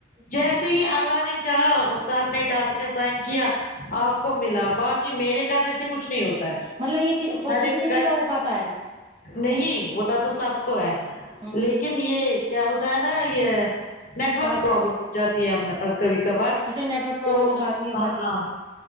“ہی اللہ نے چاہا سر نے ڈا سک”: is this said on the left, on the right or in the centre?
Left